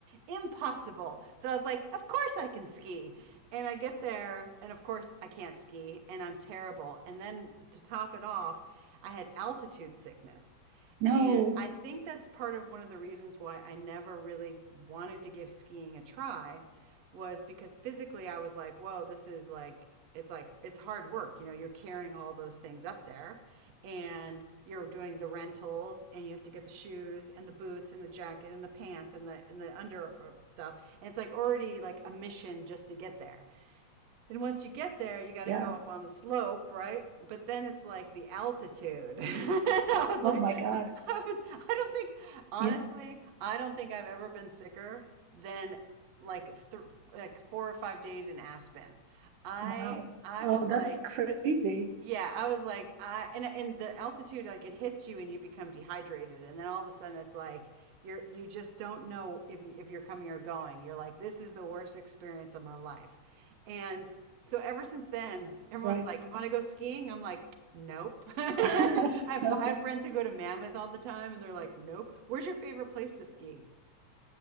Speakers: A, on the right; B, on the right.
A: Impossible. So I was like, of course I can ski. And I get there, and of course I can't ski, and I'm terrible. And then to top it off, I had altitude sickness.
B: no,
A: And I think that's part of one of the reasons why I never really wanted to give skiing a try was because physically I was like, whoa, this is like, it's like, it's hard work. You know, you're carrying all those things up there and you're doing the rentals and you have to get the shoes and the boots and the jacket and the pants and the, and the under stuff. And it's like already like a mission just to get there. Then once you get there, you got
B: yeah.
A: to go up on the slope, right? But then it's like the altitude. <laughs> I was
B: Oh
A: like,
B: my God.
A: <laughs> I was, I don't think, honestly,
B: Yeah.
A: I don't think I've ever been sicker than like th- like four or five days in Aspen. I
B: Wow.
A: I
B: Oh,
A: was
B: that's
A: like
B: crazy.
A: yeah, I was like, I and and the altitude like it hits you and you become dehydrated and then all of a sudden it's like you're you just don't know if you if you're coming or going. You're like, this is the worst experience of my life. And so ever since then, everyone's
B: Right.
A: like, you want to go skiing? I'm like, nope. <laughs> I,
B: <laughs> No.
A: I have friends who go to Mammoth all the time and they're like, nope. Where's your favorite place to ski?